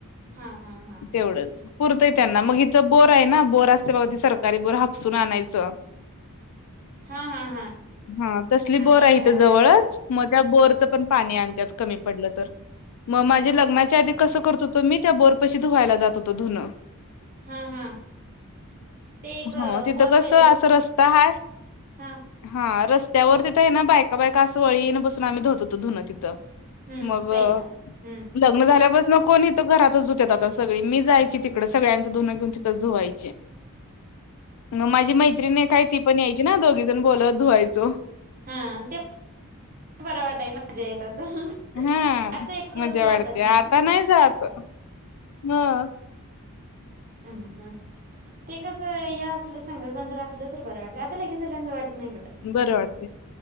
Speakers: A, on the right; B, on the left.
A: हा हा हा
B: तेवढ पुरतंय
A: हा
B: त्यांना मगं इथं बो आहे ना बोर असते बघ ते सरकारी बोर हापसून आणायचं.
A: हा हा हा
B: हा तसली बोर
A: ते
B: आहे
A: काय
B: हित
A: असं
B: जवळच मगं त्या बोरच पण पाणी आणतात कमी पडलं तर
A: हा
B: मगं माझे
A: हा
B: लग्नाच्या आधी कसं करत होतो मी त्या बोर पशी धुवायला जात होतो धुनं
A: हा! हा! ते एक
B: ह तिथं
A: बोर
B: कसं
A: पहिलंचे
B: अस रस्ता हाय
A: हा
B: हा रस् त्यावर तिथं हे ना बा बायका बायका असं वळीन बसून आम्ही धुत होतो धूण तिथं.
A: हम्म
B: मगं
A: पहिला हम्म
B: लग्न झाल्यापासन कोणी तर घरातच धुत्यात आता सगळी मी जायची तिकडे सगळ्यांच धुनं घेऊन तिथंच धुवायचे. मग माझी मैत्रीण आहे काय ती पण यायची ना दोघी जण बोलत धुवायचो.
A: हा! ते बरं वाटायच म्हणजे येत असं
B: हा
A: असं एकट्यालाच
B: मजा
A: वाटत
B: वाटते आता
A: ओ
B: नाही जात हम!
A: हम्! हम्! ते कसं हे असलं संग असलं तर बरं वाटतं आता लगीन झाल्यावर जावू वाटत नाही कुठं.
B: बरं वाटतय.